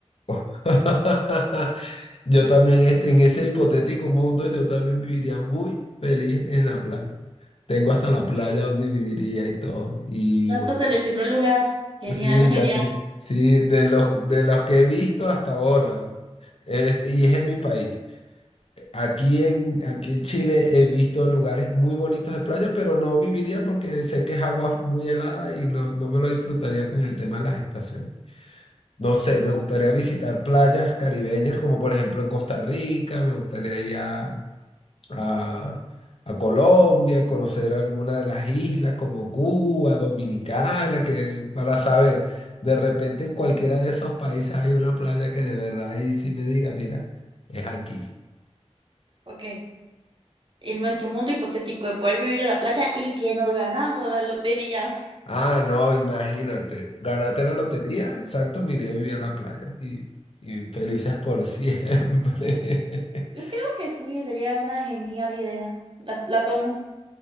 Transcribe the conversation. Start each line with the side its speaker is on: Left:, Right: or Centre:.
Left: <laughs> Yo también, este- en ese hipotético mundo, yo también viviría muy feliz en la playa. Tengo hasta la playa donde viviría y todo. Y
Right: Ya
Left: bueno,
Right: hasta seleccionó el lugar. Genial,
Left: sí,
Right: <laughs> genial.
Left: ya te, sí, de los, de los que he visto hasta ahora, este, y es en mi país. Aquí en, aquí en Chile he visto lugares muy bonitos de playa, pero no viviría porque sé que es agua muy helada y no, no me lo disfrutaría con el tema de las estaciones. No sé, me gustaría visitar playas caribeñas, como por ejemplo en Costa Rica, me gustaría ir a, a- a Colombia, conocer alguna de las islas como Cuba, Dominicana, que para saber, de repente en cualquiera de esos países hay una playa que de verdad ahí sí me diga, mira, es aquí.
Right: Ok, en nuestro mundo hipotético de poder vivir en la playa y que nos ganamos el hotel y ya.
Left: Ah, no, imagínate, ganaste la lotería, exacto, me iría a vivir a la playa y, y felices por siempre.
Right: Yo
Left: <laughs>
Right: creo que sí, sería una genial idea. La, la tomo.